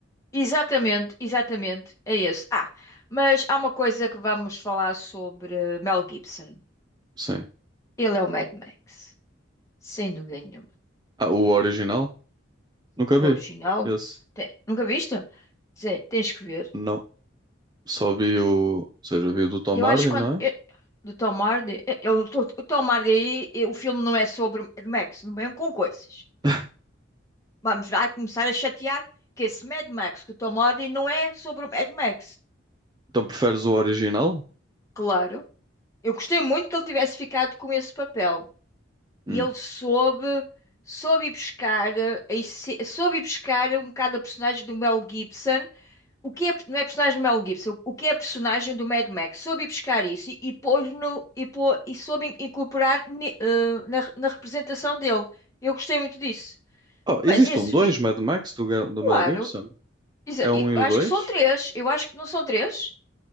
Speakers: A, on the left (about 15°); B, on the right (about 20°).
A: Exatamente, exatamente, é esse. Ah, mas há uma coisa que vamos falar sobre Mel Gibson.
B: Sim.
A: Ele é o Mad Max, sem dúvida nenhuma.
B: Ah, o original? Nunca vi.
A: Original.
B: Esse?
A: Te- Nunca viste? Te- Tens que ver.
B: Não. Só vi o... Ou seja, vi o do Tom
A: Eu
B: Hardy,
A: acho que quando.
B: não é?
A: eh, Do Tom Hardy. eh, ele- o o Tom Hardy aí, eh, o filme não é sobre Mad Max, não vem com coisas.
B: <laughs>
A: Vamos lá começar a chatear que esse Mad Max, que o Tom Hardy não é sobre o Mad Max.
B: Então preferes o original?
A: Claro. Eu gostei muito que ele tivesse ficado com esse papel.
B: Hum.
A: E ele soube, soube ir buscar, eh, a esse- soube ir buscar um bocado a personagem do Mel Gibson. O que é, não é personagem do Mel Gibson, o que é a personagem do Mad Max? Soube ir buscar isso e, e pôs no, e, pô, e soube in- incorporar ni- eh, na, na representação dele. Eu gostei muito disso.
B: Oh,
A: Mas
B: existe
A: esse
B: um dois
A: filme,
B: Mad Max do, Ga- do
A: claro,
B: Mel Gibson?
A: isso-
B: É um e
A: eu
B: o
A: acho
B: dois?
A: que são três. Eu acho que não são três.